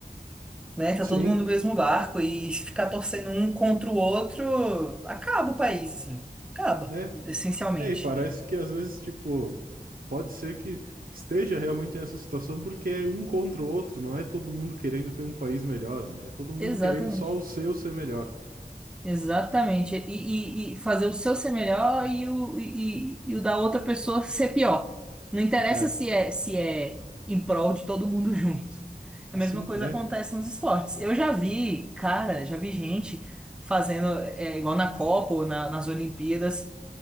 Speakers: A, in the centre; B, on the right.
A: né? Tá
B: Sim.
A: todo mundo no mesmo barco e se ficar torcendo um contra o outro, acaba o país, assim. Acaba,
B: né?
A: essencialmente.
B: É, e parece que às vezes, tipo, pode ser que esteja realmente nessa situação porque é um contra o outro, não é todo mundo querendo ter um país melhor, né? É todo mundo
A: Exatamente.
B: querendo só o seu ser melhor.
A: Exatamente. E, e- e fazer o seu ser melhor e o, e, e- e o da outra pessoa ser pior. Não interessa
B: É,
A: se é, se é em prol de todo mundo <laughs> junto. A mesma
B: sim,
A: coisa
B: é.
A: acontece nos esportes. Eu já vi, cara, já vi gente fazendo, é, igual na Copa ou na- nas Olimpíadas.